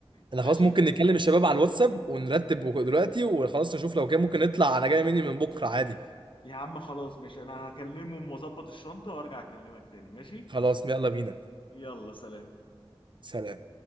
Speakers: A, on the right; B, on the left.
A: انا
B: ماشي
A: خلاص ممكن نكلم الشباب على الواتساب ونرتب وك- دلوقتي وخلاص نشوف لو كده ممكن نطلع انا جاي مني من بكره عادي
B: يا عم خلاص ماشي انا هكلمهم واظبط الشنطه وارجع اكلمك تاني ماشي
A: خلاص يلا بينا
B: يلا سلام
A: سلام